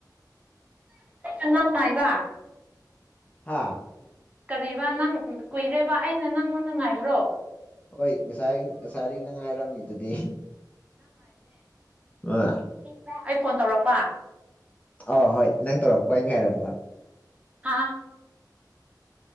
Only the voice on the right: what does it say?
ꯉꯥꯡꯅꯏꯕ
ꯀꯔꯤꯕ ꯅꯪ ꯀꯨꯏꯔꯦꯕ ꯑꯩꯅ ꯅꯪꯉꯣꯟꯗ ꯉꯥꯏꯕ꯭ꯔꯣ
ꯑ ꯐꯣꯟ ꯇꯧꯔꯛꯄ
ꯑ